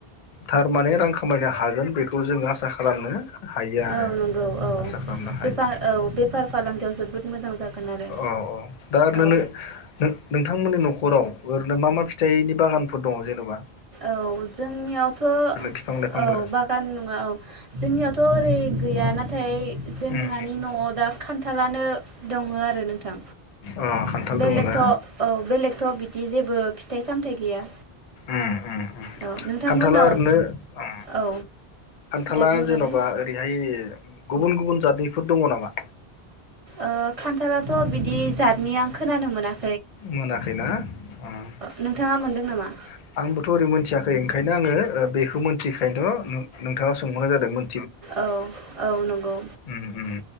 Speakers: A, on the left; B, on the right.
A: थारमाने रां खामायनो हागोन बेखौ जों आसा खालामनो। हायो आरो
B: औ नंगौ औ।
A: आसा खालामनो हायो
B: बेफार औ बेफार फालांगियाव जोबोद मोजां जागोन। आरो
A: औ औ दा ओरैनो
B: औ
A: नो नों नों थांमोननि न'खराव ओरैनो मा मा फिथाइनि बागानफोर दङ' जेने'बा।
B: औ जोंनियावथ' औ
A: बिफां लाइफांफोर
B: बागान नङा औ। जोंनियावथ' ओरै गैया ना जोंहानि
A: उम
B: न'आव दा खान थालानो दङो आरो नों थां
A: अ खान्थाल
B: बेलेखथ'
A: दङ ना
B: औ बेलेखथ' बि बिदि जेबो फिथाइ सामथाइ गैया।
A: ओम ओम ओम।
B: औ नोंथांमोननाव
A: खान्थाला ओरैनो ओम
B: औ
A: खान्थाला
B: दे बुंग्रोदो
A: जेन'बा ओरैहाय गुबुन गुबुन जाादनिफोर दङ' नामा?
B: ओ खान्थलाथ' बिदि जातनि आं खोनानो मोना
A: मोनाखै ना अ
B: नोंथाङा
A: आतचा
B: मोनदों नामा
A: आंबोथ' ओरै मोनथिया खै ओंखायनो आङो ओ बेखौ मिन्थिखायैनोथ' नों- नोंथाङाव सोंहरनाय जादोंमोन।
B: औ औ नंगौ
A: उम उम